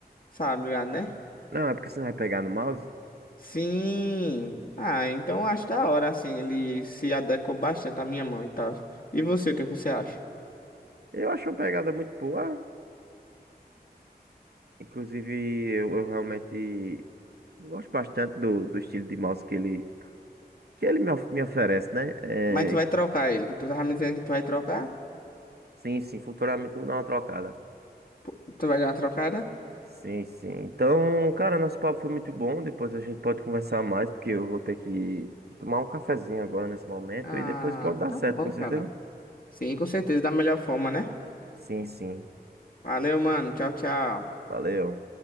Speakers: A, on the left; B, on the right.
A: sabe, ligado, né?
B: Não, é porque você não vai pegar no mouse?
A: Sim. Ah, então acho da hora assim, ele se adequa bastante à minha mão e tal. E você, o que é que você acha?
B: Eu acho uma pegada muito boa. Inclusive, eu, eu realmente gosto bastante do, do estilo de mouse que ele. que ele me, of- me oferece, né? É,
A: Mas tu vai trocar ele, que tu tava me dizendo que tu vai trocar?
B: sim, sim, futuramente eu vou dar uma trocada.
A: Pô, Tu vai dar uma trocada?
B: Sim, sim. Então, cara, nosso papo foi muito bom. Depois a gente pode conversar mais, porque eu vou ter que tomar um cafezinho agora nesse momento
A: Ah,
B: e depois pode dar
A: tá
B: certo,
A: bom,
B: com certeza.
A: cara. Sim, com certeza, da melhor forma, né?
B: Sim, sim.
A: Valeu, mano. Tchau, tchau.
B: Valeu.